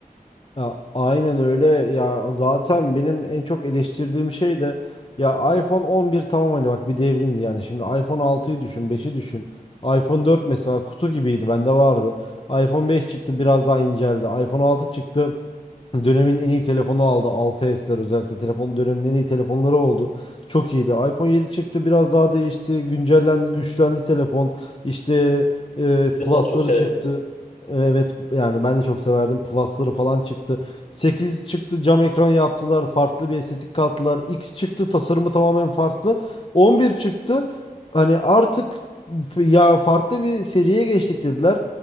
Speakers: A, on the left (about 35°); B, on the left (about 55°).
A: Ya, aynen öyle ya zaten benim en çok eleştirdiğim şey de ya iPhone 11 tamam hani bak bir devrimdi yani şimdi iPhone 6'yı düşün beşi düşün iPhone 4 mesela kutu gibiydi bende vardı iPhone 5 çıktı biraz daha inceldi iPhone 6 çıktı Dönemin en iyi telefonu aldı. Altı sler özellikle. Telefon dönemin en iyi telefonları oldu. Çok iyiydi. iPhone 7 çıktı. Biraz daha değişti. Güncellendi, güçlendi telefon. İşte e,
B: 7
A: Plus'ları
B: Plus çok severim.
A: çıktı. Evet yani ben de çok severdim. Plus'ları falan çıktı. 8 çıktı. Cam ekran yaptılar. Farklı bir estetik kattılar. X çıktı. Tasarımı tamamen farklı. 11 çıktı. Hani artık f- ya farklı bir seriye geçtik dediler.